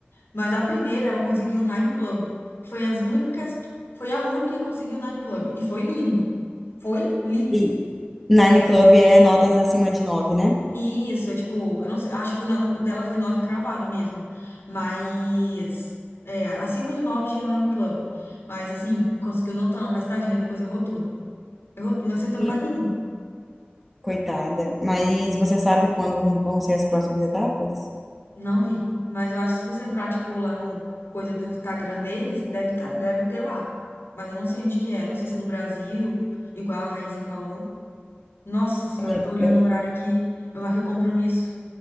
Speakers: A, on the left; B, in the centre.
A: Mas a primeira ela conseguiu o Nine Club. Foi as únicas, que- foi a única que conseguiu o Nine Club. E foi lindo. Foi lindo.
B: E Nine Club é notas acima de nove, né?
A: E Isso, é tipo, eu não sei, acho que foi na- dela foi nove cravado mesmo. Mas é, acima de nove já é Nine Club. Mas assim, conseguiu notando, mas tadinha, depois errou tudo. Errou tudo, não acertando
B: E,
A: mais nenhuma.
B: coitada. Mas você sabe quando vão ser as próximas etapas?
A: Não vi. Mas eu acho que se você entrar, tipo, lá no coisa do Instagram deles, deve, tá, deve ter lá. Mas eu não sei onde que é. Não sei se é no Brasil, igual a Raíssa falou. Nossa senhora,
B: É.
A: eu tô olhando
B: é-
A: o horário aqui. Eu marquei compromisso.